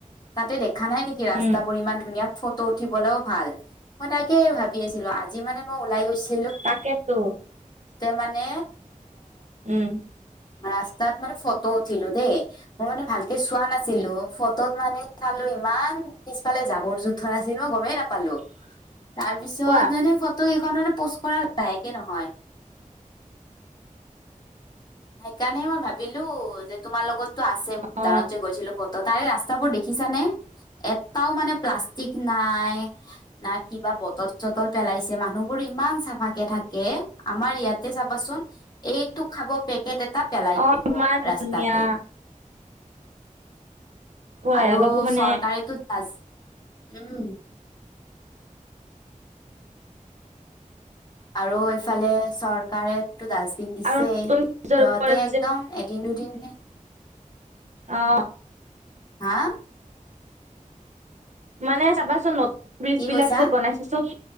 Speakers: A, on the left (about 30°); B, on the right (about 60°).
A: তাতে দেখা নাই নেকি ৰাস্তাবোৰ
B: উম
A: ইমান ধুনীয়া। ফটো উঠিবলৈও ভাল, মই তাকে ভাবি আছিলোঁ, আজি মানে মই ওলাই গৈছি
B: তাকেতো।
A: মানে
B: উম।
A: ৰাস্তাত মানে ফটো উঠিলোঁ দেই, মই মানে ভালকে চোৱা নাছিলো ফটোত মানে চাল ইমান পিছফালে জাবৰ জোথৰ আছিল মই গমেই নাপালো।
B: <inaudible>
A: তাৰ পিছত
B: কোৱা
A: মানে ফটো কেইখনত পোষ্ট কৰাইে নহয়। সেইকাৰণে মই ভাবিলো যে তোমাৰ লগতটো আছে ভূটানত
B: অ
A: যে গৈছিলোত ত, তাৰে ৰাস্তাবোৰ দেখিছানে? এটাও মানে প্লাষ্টিক নাই না কিবা বটল চটল পেলাইছে মানুহবোৰে ইমান চাফা কেে থাকে আমাৰ ইয়াতে চাবাচোন এইটো খাব। তটা পেলাই
B: অ
A: দিব
B: ইমান ধুনীয়া
A: ৰাস্তাতে
B: কোৱাই
A: আৰু
B: অলপো মানে
A: চৰকাৰেেতো উম, আৰু এইফালে চৰকাৰে টো ডাষ্টবিন দিছেই
B: আৰু নতুন
A: সিহতে
B: ব্ৰিজৰ ওপৰত
A: একদম এদিন দুদিনে
B: অহ ',
A: হাহ।
B: মানে চাবাচোন নতুন ব্ৰিজ
A: কি
B: বিলাক
A: কৈছা
B: যে বনাইছে চব